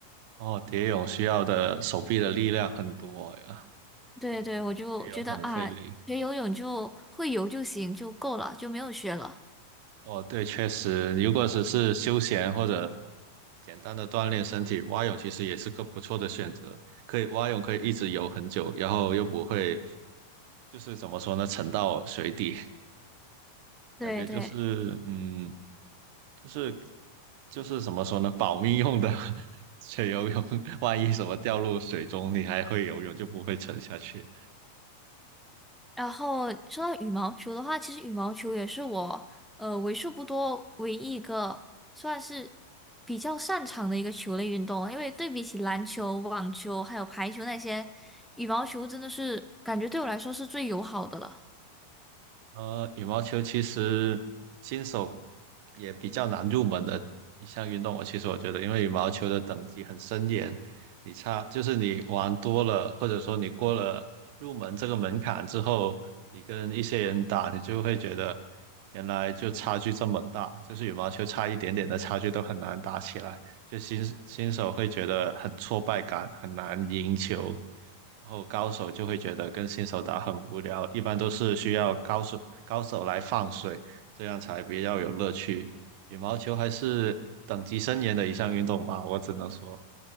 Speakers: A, on the right (about 55°); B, in the centre.
A: 哦，蝶泳需要的手臂的力量很多呀，
B: 对对，
A: 对，
B: 我就觉得啊，
A: 蝶泳很费力。
B: 学游泳就会游就行，就够了，就没有学了。
A: 哦，对，确实，如果只是休闲或者简单的锻炼身体，蛙泳其实也是个不错的选择。可以蛙泳可以一直游很久，然后又不会就是怎么说呢，沉到水底，<laughs>
B: 对对。
A: 感觉就是嗯，就是就是怎么说呢，保命用的 <laughs> 学游泳，万一什么掉入水中，你还会游泳，就不会沉下去。
B: 然后说到羽毛球的话，其实羽毛球也是我呃为数不多唯一一个算是比较擅长的一个球类运动因为对比起篮球、网球还有排球那些，羽毛球真的是感觉对我来说是最友好的了。
A: 呃，羽毛球其实新手也比较难入门的一项运动。我其实我觉得，因为羽毛球的等级很森严，你差就是你玩多了，或者说你过了入门这个门槛之后，你跟一些人打，你就会觉得原来就差距这么大，就是羽毛球差一点点的差距都很难打起来，就新新手会觉得很挫败感，很难赢球。然后高手就会觉得跟新手打很无聊，一般都是需要高手高手来放水，这样才比较有乐趣。羽毛球还是等级森严的一项运动吧，我只能说，